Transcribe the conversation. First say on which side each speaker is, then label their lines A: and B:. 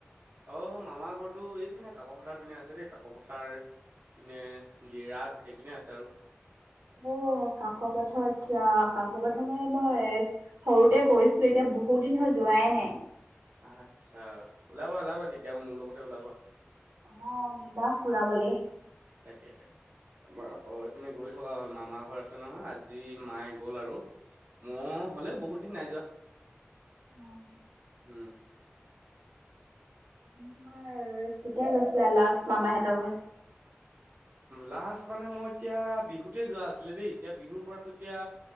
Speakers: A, on the right; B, on the right.
A: অ' মামাৰ ঘৰৰটো এই পিনে কাকো পথাৰ পিনে আছে দেই, কাকো পথাৰ পিনে ডিৰাগ সেইপিনে আছে আৰু।
B: অ' কাকো পথাৰ আচ্ছা, কাকো পথাৰ মানে মই সৰুতে গৈছিলো, এতিয়া বহুত দিন হ'ল যোৱাই নাই।
A: আচ্ছা, ওলাবা ওলাবা কেতিয়াবা মোৰ লগতে ওলাবা।
B: অ' নিবা ফুৰাবলে?
A: তাকে। আমাৰ ঘৰ পিনে গৈ থকা হয় মামাৰ ঘৰ আছে নহয়, আজি মায়ে গ'ল আৰু মই হ'লে বহুত দিন নাই যোৱা।
B: অ'।
A: উম।
B: তোমাৰ কেতিয়া গৈছিলা লাষ্ট মামাহঁতৰ ঘৰ?
A: লাষ্ট মানে মই এতিয়া বিহুতে যোৱা আছিলে দেই, এতিয়া বিহুৰ পৰাটো এতিয়া